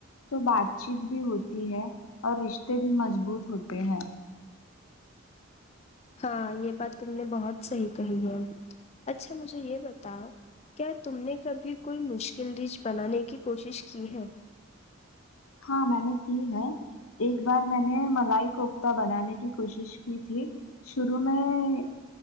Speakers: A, on the left (about 80°); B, on the left (about 30°).
A: تو بات چیت بھی ہوتی ہے اور رشتے بھی مضبوط ہوتے ہیں
B: ہاں یہ بات تم نے بہت صحیح کہی ہے اچھا مجھے یہ بتاؤ کیا تم نے کبھی کوئی مشکل ڈش بنانے کی کوشش کی ہے
A: ہاں میں نے کی ہے ایک بار میں نے ملائی کوفتہ بنانے کی کوشش کی تھی شروع میں